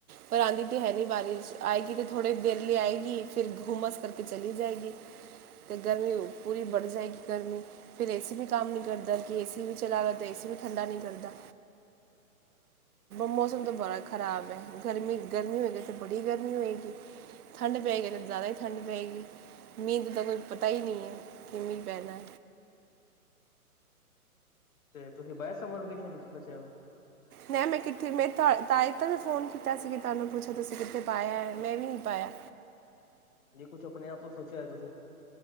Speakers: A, on the right; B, on the left.
A: ਪਰ ਆਉਂਦੀ ਤੇ ਹੈ ਨਹੀਂ ਬਾਰਿਸ਼ ਆਏਗੀ ਤੇ ਥੋੜੀ ਦੇਰ ਲਈ ਆਏਗੀ। ਫਿਰ ਘੁਮਸ ਕਰਕੇ ਚਲੀ ਜਾਏਗੀ। ਤੇ ਗਰਮੀ ਪੂਰੀ ਬੜ ਜਾਏਗੀ ਗਰਮੀ ਫਿਰ ਏਸੀ ਵੀ ਕੰਮ ਨ ਕਰਦਾ ਕਿ ਏ ਟੀ ਵੀ ਚਲਾ ਲੋ ਤੇ ਏ ਸੀ ਵੀ ਠੰਡਾ ਨਹੀਂ ਕਰਦਾ ਮੌਸਮ ਤੋਂ ਬੜਾ ਖ਼ਰਾਬ ਹੈ। ਗਰਮੀ ਗਰਮੀ ਵ ਤੇ ਬੜੀ ਗਰਮੀ ਹੋਏਗੀ ਠੰਡ ਪੈਗੀ ਤੇ ਜ਼ਿਆਦਾ ਹੀ ਠੰਡ ਪਏਗੀ ਮੀਂਹ ਦਾ ਤਾਂ ਕੋਈ ਪਤਾ ਹੀ ਨਹੀਂ ਹੈ ਕਿ ਮੀਹ ਪੈਣਾ
B: ਤੇ ਤੁਸੀਂ ਪਾਇਆ ਸਮਰ ਵੋਕੇਸ਼ਨ ਚ' ਬਚਿਆ ਨੂੰ
A: ਮੈਂ ਮੈਂ ਕਿੱਥੇ ਮੈਂ ਤਾ ਹੀ ਤਾ ਨੇ ਫੋਨ ਕੀਤਾ ਸੀ ਕਿ ਤੁਹਾਨੂੰ ਪੁੱਛੋ ਤੁਸੀਂ ਕਿੱਥੇ ਪਾਇਆ ਹੈ ਮੈਂ ਵੀ ਨਹੀਂ ਪਾਇਆ
B: ਜੇ ਕੁਛ ਆਪਣੇ ਆਪ ਤੋਂ ਸੋਚਿਆ ਹੈ ਤੁਸੀਂ